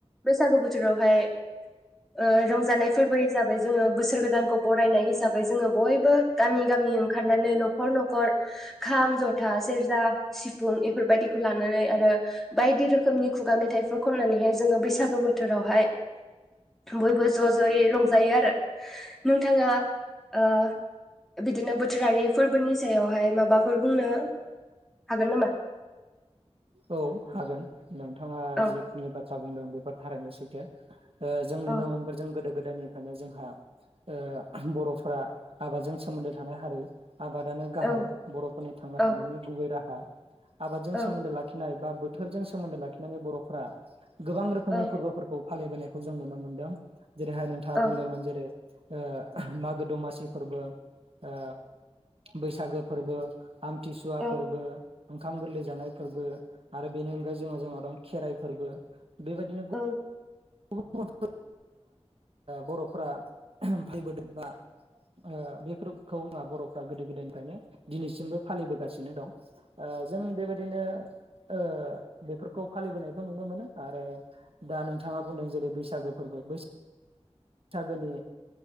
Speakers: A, in the centre; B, on the right.
A: बैसागु बो बोथोरावहाय ओ रंजानायफोरबो हिसाबै जोङो बोसोर गोदानखौ बरायनाय हिसाबै जोङो बयबो गामि गामि ओंखारनानै न'खर न'खर खाम जथा सेरजा सिफुं बेफोरबायदिखौ लानानै आरो बायदि रोखोमनि खुगा मेथाइफोर खननानैहाय जोङो बैसागो बो बोथोरावहाय बयबो ज' ज'यै रं जायो आरो नोंथाङा ओ बिदिनो बोथोरारि फोरबोनि सायावहाय माबाफोर बुंनो हागोन नामा
B: औ हागोन नोंथाङा
A: औ
B: जिखिनि बाथ्रा बुंदों बेफोर थारैनो सैथो थो ओ जों
A: औ
B: नुनो मोनबो जों गोदो गोदायनि फायनो जोंहा ओ बर'फोरा आबादजों सोमोन्दो थानाय हारि आबादानो गाहाय
A: औ
B: बर'फोरनि थांना
A: औ
B: थानायनि गुबै राहा आबादजों
A: औ
B: सोमोन्दो लाखि बा बोथोरजों सोमोन्दो लाखिनानै बर'फोरा गोबां रोखोमनि
A: औ
B: फोरबोफोरखौ फालिबोनायखौ जों नुनो मोनदों जेरैहाय नोंथाङा
A: औ
B: बुंदोंमोन जेरै ओ मागो दमासि फोरबो ओ बैसागो फोरबो आमथिसुवा
A: औ
B: फोरबो ओंखाम गोरलै जानाय फोरबो आरो बेनि अनगायै जोंङो जोंहा दं खेराइ फोरबो बेबायदिनो
A: औ
B: <unintelligible> बर'फोरा फैबोदों बा ओ बे <unintelligible> बर'फ्रा गोदो गोदाय माने दिनैसिमबो फालिबोासिनो दं ओ जों बेबा बिदिनो ओ बेफोरखौ फालिबोनायखौ नुनो मोनो आरो दा नों थाङा बुंदों जेरै बैसागो फोरबो बैसाग सागोनि